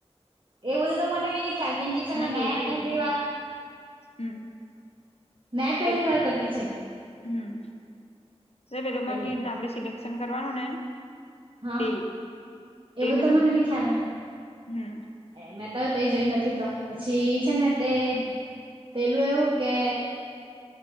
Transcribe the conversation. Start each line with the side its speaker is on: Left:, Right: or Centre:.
Right: એ બધું તો મને બી નઈ ખ્યાલ કેમ કે છે,
Left: મેં
Right: ને મે
Left: જોઈ લઉં
Right: પહેલી
Left: યુટ્યુબ પર
Right: વાર.
Left: હમ
Right: મેં પેલી
Left: તે
Right: વાત કરતી છે.
Left: હમ પેલોમાં
Right: એટલે
Left: કને આપડ સિલેક્શન કરવાનું ને.
Right: હા
Left: તે તે
Right: એ બધું
Left: પેલું
Right: તો મને બી ખ્યાલ <unintelligible>
Left: હમ
Right: મે તો. કઈ જોઈ નથી તો પછી છે ને તે
Left: હમ
Right: પેલું એવું કે.